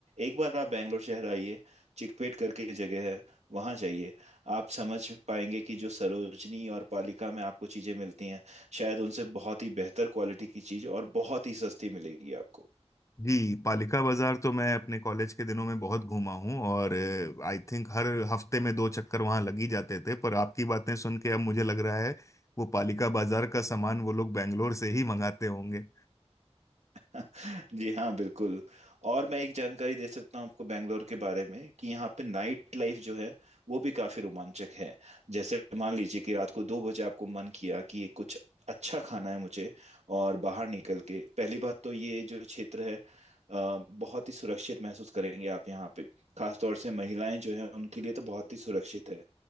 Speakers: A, on the right; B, on the left.
A: एक बार आप बैंगलोर शहर आइए चिकपेट करके एक जगह है वहाँ जाइए आप समझ पाएंगे कि जो सरोजनी और पालिका में आपको चीज़ें मिलती हैं शायद उनसे बहुत ही बेहतर क्वालिटी की चीज़ और बहुत ही सस्ती मिलेगी आपको
B: जी पालिका बाजार तो मैं अपने कॉलेज के दिनों में बहुत घूमा हूँ और आई थिंक हर हफ्ते में दो चक्कर वहां लग ही जाते थे पर आपकी बातें सुन के अब मुझे लग रहा है वो पालिका बाजार का सामान वो लोग बैंगलोर से ही मंगाते होंगे
A: <laughs> जी हाँ बिल्कुल और मैं एक जानकारी दे सकता हूँ आपको बेंगलोर के बारे में कि यहाँ पे नाइट लाइफ जो है वो भी काफी रोमांचक है जैसे मान लीजिए कि रात को दो बजे आपको मन किया कि कुछ अच्छा खाना है मुझे और बाहर निकल के पहली बात तो ये जो क्षेत्र है अ, बहुत ही सुरक्षित महसूस करेंगे आप यहाँ पे खासतौर से महिलाएं जो है उनके लिए तो बहुत ही सुरक्षित है